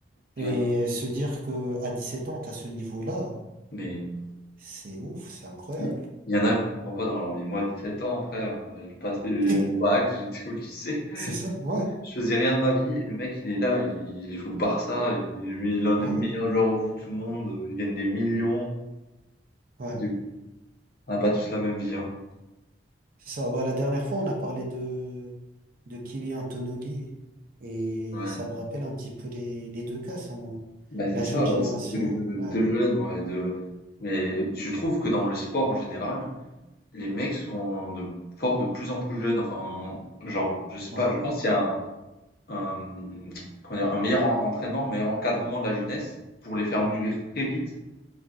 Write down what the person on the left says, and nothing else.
je
l'aime
Mais
il y en a, je comprends pas dans leur vie. Moi, 17 ans, frère, euh, j'ai passé
mon bac, <laughs> j'étais au lycée,
je faisais rien de ma vie. Le mec, il est là, il joue au Barça, il est l'un des
meilleurs joueurs au foot du monde, il gagne des millions.
Je dis, On n'a pas tous la même vie, hein.
Ouais.
Bah, c'est
ça,
ouais, c'est deux, je-
deux jeunes, ouais, deux- Mais je trouve que dans le sport en général, les mecs sont de, forts de plus en plus jeunes. Enfin, genre, je sais
pas, je pense qu'il y a un, comment dire, un meilleur en- entraînement, un meilleur encadrement de la jeunesse pour les faire mûrir très vite.